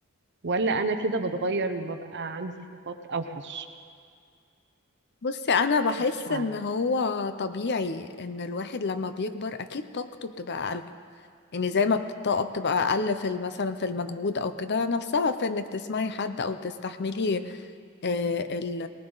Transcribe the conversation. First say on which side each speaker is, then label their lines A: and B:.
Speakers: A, on the right (about 55°); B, on the left (about 55°).
A: ولا انا كده بتغير وببقى عندي صفات اوحش
B: بصي انا بحس
A: مش عارفة
B: ان هو طبيعي ان الواحد لما بيكبر اكيد طاقته بتبقى اقل يعني زي ما الطاقه بتبقى اقل في ال- مثلا في المجهود او كده نفسها في انك تسمعي حد او تستحملي آه، ال-